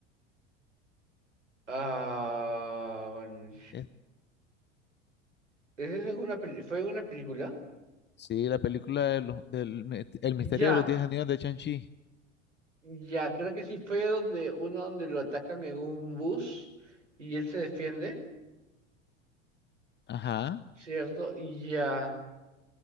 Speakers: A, on the right; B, on the left.
A: Ah, bueno,
B: Es-
A: ¿es esa alguna peli- ¿Fue una película?
B: sí, la película de los- del, mi- El misterio
A: Ya.
B: de los Diez Anillos de Shang-Chi.
A: Ya, creo que sí fue donde uno donde lo atacan en un bus y él se defiende,
B: Ajá.
A: ¿cierto? Y ya,